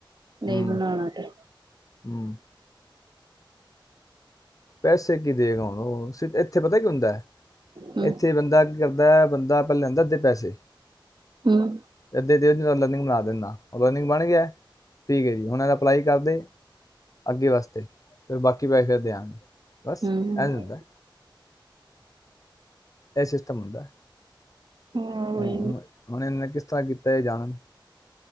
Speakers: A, on the right; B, on the left.
A: ਨਹੀਂ
B: ਹੂੰ
A: ਬਨਾਣਾ ਤੇ
B: ਹੂੰ ਪੈਸੇ ਕੀ ਦੇਗਾ ਹੁਣ ਉਹ ਇੱਥੇ ਪਤਾ ਕੀ ਹੁੰਦਾ
A: ਹੂੰ
B: ਇੱਥੇ ਬੰਦਾ ਕੀ ਕਰਦਾ ਬੰਦਾ ਆਪਾਂ ਲੈਂਦਾ ਇੱਧੇ ਪੈਸੇ
A: ਹੂੰ
B: ਅੱਦ ਦਿ ਚੱਲ ਨ ਬਣਾ ਦਿੰਦਾ ਲਰਨਿੰਗ ਬਣ ਗਿਆ ਪੀਕ ਜੀ ਹੁਣ ਯ ਅਪਲਾਈ ਕਰਦੇ ਅੱਗੇ ਵਾਸਤੇ ਤੇ ਬਾਕੀ ਪੈਸੇ ਫੇਿਰ ਦੇਿਆਂਗੇ ਬਸ
A: ਹੂੰ
B: ਐ ਹਦਾ ਇਹ ਸਿਸਟਮ ਹੁੰਦਾ ਹ
A: ਹਾਂ ਉਹੀ
B: ਉਹੁਣ ਕਿਸ ਤਰ੍ਹਾਂ ਕੀਤਾ ਇਹ ਜਾਣ